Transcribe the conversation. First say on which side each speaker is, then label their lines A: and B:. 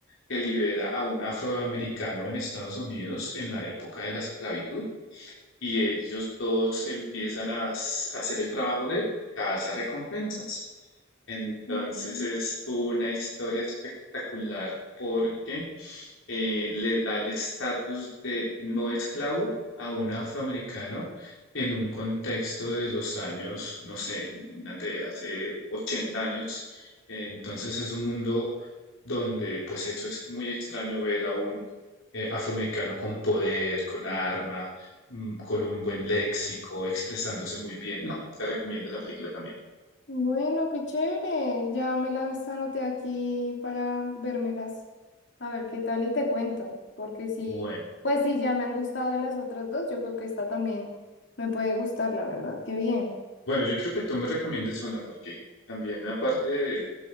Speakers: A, on the left (about 70°); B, on the left (about 55°).
A: que libera a un afroamericano en Estados Unidos en la época de la esclavitud. Y ellos dos empiezan a s- a hacer el trabajo de recompensas entonces
B: mm,
A: es una historia espectacular porque eh, le da el estatus de no esclavo a un afroamericano en un contexto de los años, no sé, imagínate, hace 80 años. Entonces es un mundo donde pues eso es muy extraño ver a un eh, afroamericano con poder, con arma, mm, con un buen léxico, expresándose muy bien. No, te recomiendo esa película también.
B: Bueno, qué chévere. Ya me las anoté aquí para vérmelas. A ver qué tal y te cuento. Porque sí,
A: Bueno.
B: pues sí, ya me han gustado las otras dos. Yo creo que esta también me puede gustar, la verdad. Qué bien.
A: Bueno, yo creo que tú me recomiendes una porque también aparte de